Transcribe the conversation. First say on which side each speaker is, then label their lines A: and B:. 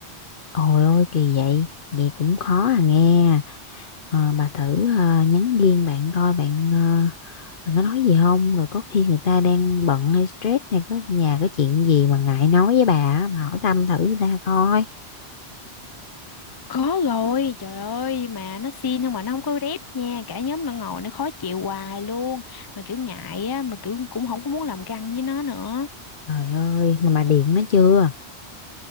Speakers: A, on the left; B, on the left.
A: Ôi ôi kỳ vậy, vậy cũng khó à nghe. Ờ, bà thử ờ, nhắn riêng bạn coi bạn ờ, bạn có nói gì không rồi có khi người ta đang bận hay stress hay có nhà có chuyện gì mà ngại nói với bà á, bà hỏi thăm thử người ta coi
B: Có rồi, trời ơi, mà nó xin nhưng mà nó không có rep nha, cả nhóm nó ngồi nó khó chịu hoài luôn, mà kiểu ngại á, mà kiểu cũng không có muốn làm găng với nó nữa.
A: trời ơi mà bà điện nó chưa